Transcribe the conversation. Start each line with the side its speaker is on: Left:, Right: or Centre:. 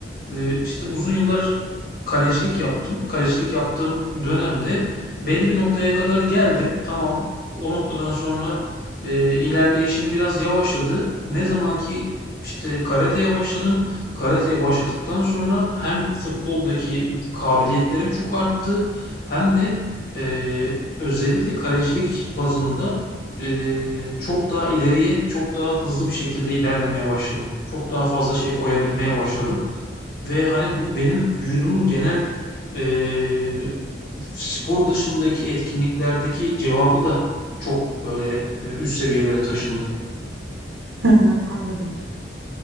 Left: Eee, işte uzun yıllar kalecilik yaptım. Kalecilik yaptığım dönemde belli bir noktaya kadar geldim. Tamam, o noktadan sonra eee, ilerleyişim biraz yavaşladı. Ne zaman ki işte karateye başladım. Karateye başladıktan sonra hem futboldaki kabiliyetlerim çok arttı hem de eee, özellikle kalecilik bazında eee, çok daha ileriye, çok daha hızlı bir şekilde ilerlemeye başladım. Çok daha fazla şey koyabilmeye başladım. Ve hani bu benim vücudumun genel eee, spor dışındaki etkinliklerdeki cevabı da çok böyle e, üst seviyelere taşındı.
Right: Hı hı, anladım.